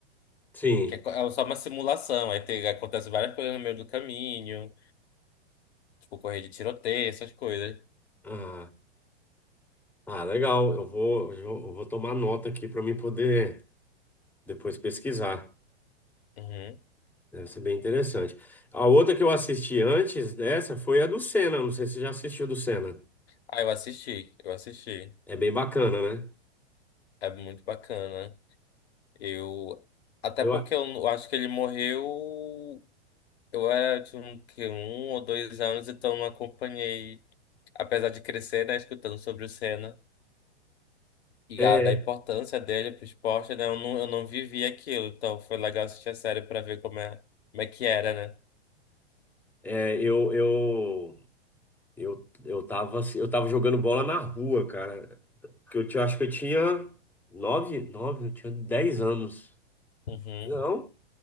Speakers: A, in the centre; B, on the left.
A: Sim.
B: Que é, co- é só uma simulação. Aí tem, acontece várias coisas no meio do caminho. Tipo, correr de tiroteio, essas coisas.
A: Ah, ah, legal. Eu vou eu vou eu vou tomar nota aqui para mim poder depois pesquisar.
B: Uhum.
A: Deve ser bem interessante. A outra que eu assisti antes dessa foi a do Senna. Não sei se você já assistiu a do Senna.
B: Ah, eu assisti, eu assisti.
A: É bem bacana, né?
B: É muito bacana. Eu. Até
A: Eu,
B: porque
A: a-
B: eu, eu acho que ele morreu. Eu era de um, que, um ou dois anos, então não acompanhei. Apesar de crescer, né, escutando sobre o Senna. e
A: é,
B: a- da importância dele pro esporte, né? Eu não, eu não vivi aquilo, então foi legal assistir a série pra ver como é, como é que era, né?
A: é, eu, eu Eu, eu tava, assim- eu tava jogando bola na rua, cara. Que eu, tinha- acho que eu tinha nove, nove, eu tinha dez anos.
B: Uhum.
A: Não.